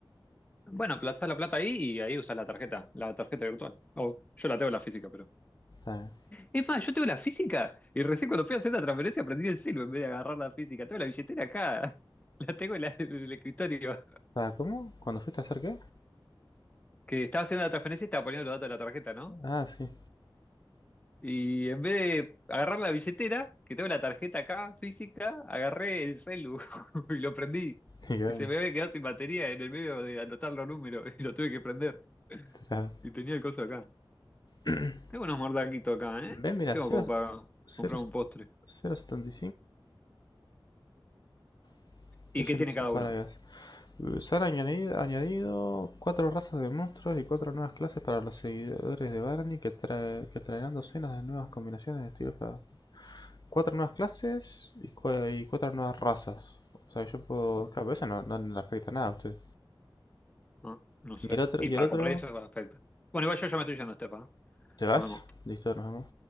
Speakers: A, on the left; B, on the left.
A: Bueno, plazás la plata ahí y ahí usás la tarjeta, la tarjeta virtual. O yo la tengo la física, pero.
B: Está bien.
A: Es más, yo tengo la física y recién cuando fui a hacer la transferencia aprendí el silbo en vez de agarrar la física. Tengo la billetera acá. <laughs> La tengo en, la- en el escritorio.
B: Ah, ¿Cómo? ¿Cuándo fuiste a hacer qué?
A: Que estaba haciendo la transferencia y estaba poniendo los datos de la tarjeta, ¿no?
B: Ah, sí.
A: Y en vez de agarrar la billetera, que tengo la tarjeta acá física, agarré el celu <laughs> y lo prendí.
B: <laughs> y bueno.
A: Y se me había quedado sin batería en el medio de anotar los números <laughs> y lo tuve que prender.
B: Tra-
A: Y tenía el coso acá.
B: <clears throat>
A: Tengo unos mordaquitos acá, ¿eh?
B: Ve, mira,
A: Tengo
B: cero
A: como para
B: punto
A: comprar un postre.
B: setenta y 0.75.
A: ¿Y
B: Legends
A: qué tiene cada
B: and Paradise.
A: uno?
B: Eh, Se han añadido, añadido cuatro razas de monstruos y cuatro nuevas clases para los seguidores de Barney que, trae- que traerán docenas de nuevas combinaciones de estilos para... Cuatro nuevas clases y, cua- y cuatro nuevas razas. O sea, yo puedo...
A: Ah,
B: Claro, pero eso no, no no le afecta nada a usted.
A: ah, No, sé.
B: Y el otro,
A: Y
B: y
A: para
B: el otro
A: comprar eso, es perfecto. Bueno, igual yo ya me estoy yendo, Estefa. ¿no?
B: ¿te vas?
A: Nos vemos.
B: Listo, nos vemos.